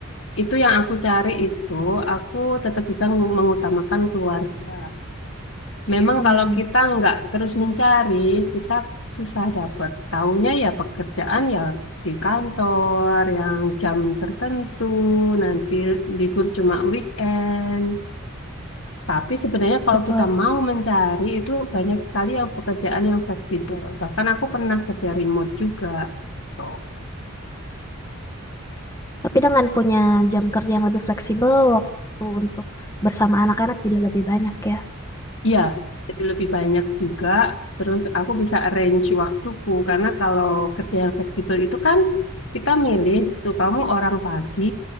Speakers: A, on the left; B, on the left.
A: itu yang aku cari itu, aku tetap bisa mengu- mengutamakan keluarga. Memang
B: Hmm,
A: kalau kita nggak terus mencari, kita susah dapat. Taunya ya pekerjaan ya di kantor, yang jam tertentu, nanti libur cuma weekend. Tapi sebenarnya kalau
B: betul.
A: kita mau mencari itu banyak sekali yang pekerjaan yang fleksibel. Bahkan aku pernah kerja remote juga. gitu.
B: Tapi dengan punya jam kerja yang lebih fleksibel, waktu untuk bersama anak-anak jadi lebih banyak ya.
A: Iya, jadi lebih banyak juga. Terus aku bisa arrange waktuku karena kalau kerja yang fleksibel itu kan kita milih tuh kamu orang pagi,